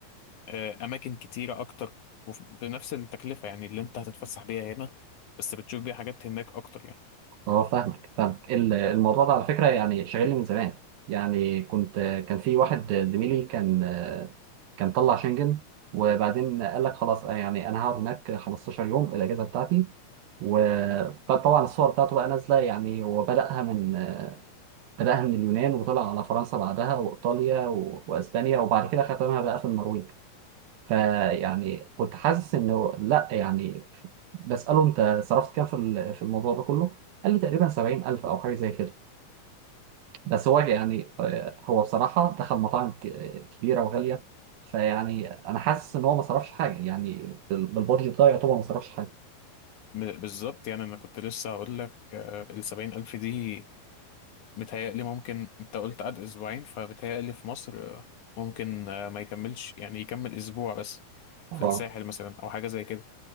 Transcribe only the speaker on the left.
آه، أماكن كتيرة أكتر وبنفس التكلفة يعني اللي أنت هتتفسح بيها هنا بس بتشوف بيها حاجات هناك أكتر يعني
ب- بالظبط يعني انا كنت لسه هقول لك آه، السبعين الف دي متهيألي ممكن انت قلت قعد اسبوعين فمتهيألي في مصر آه، ممكن آه، ما يكملش يعني يكمل اسبوع بس في
الساحل مثلا او حاجه زي كده